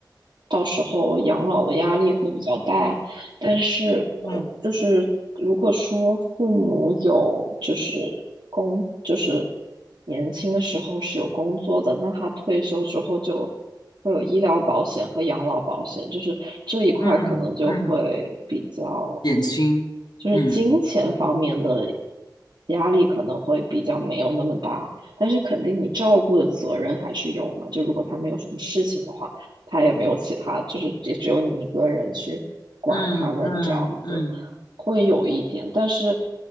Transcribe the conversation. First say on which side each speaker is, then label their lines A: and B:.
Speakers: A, on the right; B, on the left.
A: 到时候养老的压力会比较大，但是我就是如果说父母有就是
B: 嗯
A: 工就是年轻的时候是有工作的，那他退休之后就会有医疗保险和养老保险，就是这一块可能就会比较
B: 嗯嗯点心，
A: 就是金钱方面的
B: 嗯，
A: 压力可能会比较没有那么大，但是肯定你照顾的责任还是有嘛，就如果他们有什么事情的话。他也没有其他，就是也只有你一个人去管他们这样子，
B: 嗯嗯嗯
A: 会有一点，但是，